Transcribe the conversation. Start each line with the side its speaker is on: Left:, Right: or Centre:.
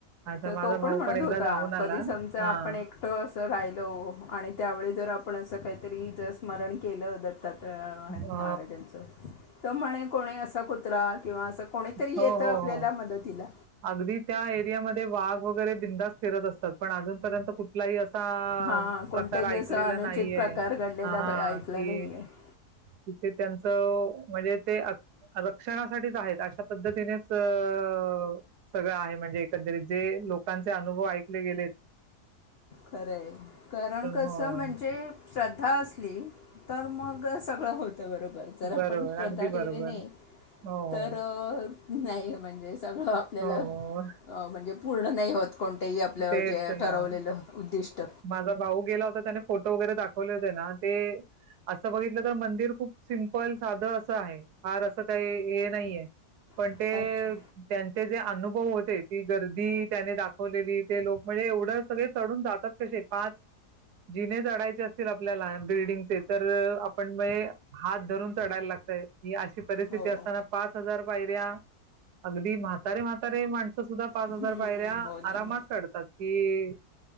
Right: अच्छा
Left: तर
Right: माझा
Left: तो पण
Right: भाऊ
Left: म्हणत
Right: एकदा
Left: होता
Right: जाऊन आला.
Left: कधी समजा
Right: हां.
Left: आपण एक असं राहिल आणि त्यावेळी जर आपण असं काहीतरी जर स्मरण केलं ज तत्र
Right: अ,
Left: महाराजांचं त्यामुळेणे कोणी असा कुत्रा किंवा असं कोणीतरी
Right: हो,
Left: येतं
Right: हो,
Left: आपल्याला
Right: हो.
Left: मदतीला
Right: अगदी त्या एरियामध्ये वाघ वगैरे बिंदाास फिरत असतात पण अजूनपर्यंत कुठलाही अस
Left: हां कोणताही
Right: प्रकार
Left: असा
Right: ऐकलेला
Left: अनुचित
Right: नाहीे
Left: प्रकार घडलेला
Right: ह
Left: ब- ऐकला
Right: कि
Left: नाही आहे
Right: तिथे त्यांचं म्हणजे ते रक्षणासाठीच आहेत अशा पद्धतीनेच अ सगळं आहे म्हणजे एकंदरीत जे लोकांचे अनुभव ऐकले गेले.
Left: खर आहे कारण कसं
Right: हो.
Left: म्हणजे श्रद्धा असली तर मग सगळं होतं बरोबर. जर आपण
Right: बरोबर,
Left: प्रधा
Right: अगदी
Left: ठेवली
Right: बरोबर.
Left: नाही
Right: हो,
Left: तर
Right: हो.
Left: नाही म्हणजे सगळं आपल्याला
Right: हो, हो.
Left: म्हणजे पूर्ण नाही होत कोणतंही आपलं
Right: तेच
Left: जे ठरवलेलं
Right: ना.
Left: उद्दिष्ट.
Right: माझा भाऊ गेला होता त्याने फोटो वगैरे दाखवले होते ना ते असं बघितलं तर मंदिर खूप सिम्पल साधं असं आहे फार असं काही हे नाहीये पण
Left: अच्छा
Right: ते त्यांचे जे अनुभव होते ती गर्दी त्याने दाखवलेली ते लोक म्हणजे एवढं सगळे चढून जातात कसे पाच जिने चडायचे असतील आपल्याला बिल्डिंगचे तर आपण म हात धरून चढायला लागतय ही अशी परिस्थिती
Left: हो
Right: असताना पाच हजार पायऱ्या अगदी म्हातारे म्हातारे माण सुद्धा पाच
Left: हम्म,
Right: हजार पायऱ्या
Left: हो ना
Right: आरामात चढतात की.